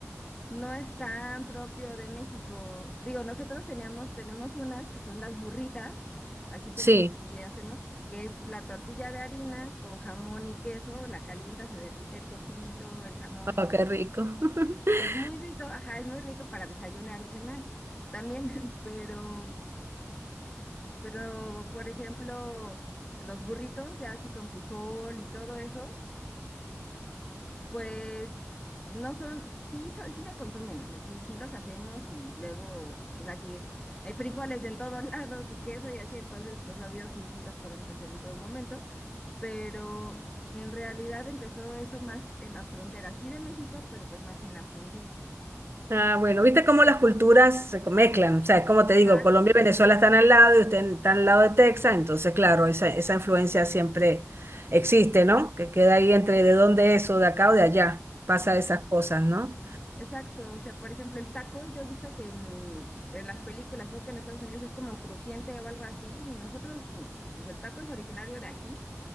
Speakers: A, on the left; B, on the right.
A: no es tan propio de México. Digo, nosotros teníamos, tenemos unas que son las burritas, así como
B: Sí.
A: que sí hacemos, que es la tortilla de harina con jamón y queso, la calienta, se derrite el quesito, el jamón y
B: Oh,
A: está.
B: qué rico. <laughs>
A: Es muy rico, ajá, es muy rico para desayunar o cenar también, <laughs> pero, pero, por ejemplo, los burritos ya así con frijol y todo eso. Pues no son, sí, son- sí se consumen, o sea, sí, sí los hacemos y luego, pues aquí hay frijoles en todos <laughs> lados y queso y así, entonces, pues obvio, sí, sí los podemos hacer en todo momento, pero en realidad empezó eso más en la frontera, sí de México, pero pues más en la frontera.
B: Ah, bueno, viste cómo las culturas se mezclan. O sea, como te digo,
A: Ajá,
B: Colombia y Venezuela están al lado y usted está al lado de Texas, entonces, claro, esa, esa influencia siempre existe, ¿no? Que queda ahí entre de dónde es o de acá o de allá. Pasa esas cosas, ¿no?
A: Exacto, o sea, por ejemplo, el taco, yo he visto que en, en las películas, veo que en Estados Unidos es como crujiente o algo así, y nosotros, mm, pues el taco es originario de aquí,